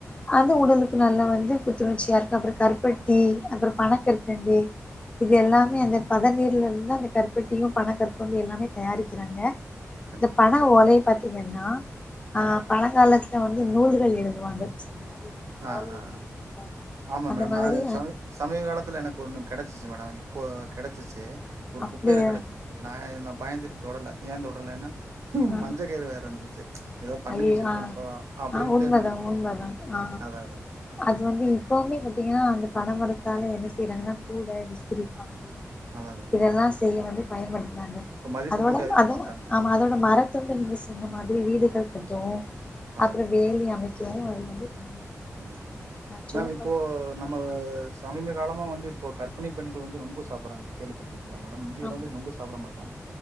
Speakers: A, on the left; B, on the right.
A: அது
B: ஆமா
A: உடலுக்கு நல்ல வந்து புத்துணர்ச்சியா இருக்கு அப்ற கருப்பட்டி அப்ற பனக் கற்கண்டு இது
B: கண்டிப்பா
A: எல்லாமே அந்த பதநீர்லெருந்தா அந்த கருப்பட்டியு பனங்கற்கண்டு எல்லாமே தயாரிக்கிறாங்க
B: கண்டிப்பா
A: இந்த பன
B: மேடம்
A: ஓலைய பாத் தீங்கன்னா ஆ
B: ஆமா மேடம்
A: பழங்காலத் ட்டா வந்து நூல்கள் எழுதுவாங்க முன்னாடி
B: ஆ
A: ஓலைல
B: ஆ
A: எழுதுவாங்கல்ல
B: ஆ ஆமா
A: அந்த
B: மேடம்
A: மாதிரி
B: நா சமீ சமீப காலத்துல எனக் ஒன்னு கெடச்சுச்சு மேடம் இப்போ கெடச்சுச்சு ஒரு
A: அப்டியே
B: குப்பையில கெடச்சுச்சு நா என்னப் பயந்துட்டு தொடல ஏந் தொடலன்னா
A: ஆ
B: மஞ்ச கயிறு வேற இருந்துச்சு எதோ பண்ணி
A: ஐயயோ
B: வெச்சுருப்போங்களோ
A: ஆ
B: அப்டின்ட்டு
A: ஆ உண்மதா
B: நானு
A: உண்மதா ஆ
B: அதான் அதான்.
A: அது வந்து இப்பவுமே பட் பாத்தீங்கன்னா அந்த பண மரத்தால என்ன செய்யறாங்கன்னா கூட விசிரிப்பா
B: அதான் அதான். மேடம்.
A: இதெல்லா செய்ய வந்து பயன்படுத் துறாங்க
B: இப்ப மதிப்பு
A: அதோட
B: கூட்டி அதிகமா
A: அத
B: பண்ட்டான் மேடம்.
A: ஆமா அதோடோ மரத்தொண்டு நீங்க சொன்ன மாதிரி வீடுகள் கட்டுவோ
B: அதான்
A: அப்புறோ
B: மேடம்.
A: வேலி அமைக் கு அது வந்து பயன்படுது
B: கண்டிப்பா கண்டிப்பா.
A: நா சொல்ல
B: மேம் இப்போ
A: போனா
B: நம்ம சமீப காலோ சாம வந்து இப்ப கர்பிணி பெண்கள் வந்து நொங்கு சாப்புடுறாங்க கேள்விபட்ருக்கீ ங்கீங்களா மேடம் இந்தியால
A: ஆமா
B: வந்து நொங்கு சாப்புட மாட்டாங்க